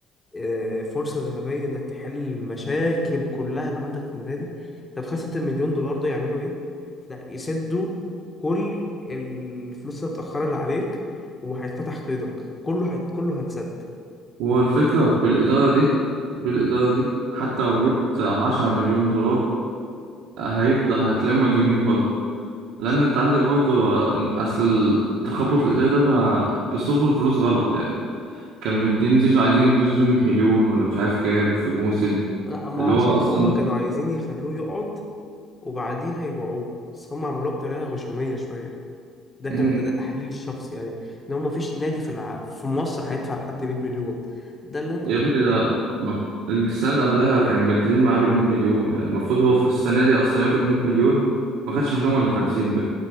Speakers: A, on the left; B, on the right.
A: آه، فرصة ذهبية انك تحل المشاكل كلها اللي عندك في النادي طب خمسة مليون دولار ده يعملوا ايه؟ ده يسدوا كل الفلوس المتأخرة اللي عليك وهيتفتح قيدك كله هيت... كله هيتسد
B: هو الفكرة بالإدارة دي بالإدارة دي حتى لو جبت عشرة مليون دولار هيفضل هتلاقيهم مديونين برضه لأن
A: مش
B: أنت عندك برضه أصل التخبط الإداري ده ما بيصرفوا الفلوس غلط يعني كان مدين زيزو عايزين يدوا زيزو مية مليون ولا مش عارف كام في موسم
A: لا ما
B: اللي
A: عشان
B: هو أصلا
A: هما كانوا عايزين يخلوه يقعد وبعديها يبيعوه بس هما عملوها بطريقة غشومية شوية ده كان
B: مم،
A: ده, ده تحليلي الشخصي يعني ان هو مفيش نادي في الع... في مصر هيدفع لحد 100 مليون ده اللي انا كنت
B: يا ابني
A: متخيله
B: ده ما- السنة اللي قبلها كانوا مجددين معاه بالمية مليون يعني المفروض هو في السنة دي أصلا ياخد مية مليون ما خدش منهم ولا خمسين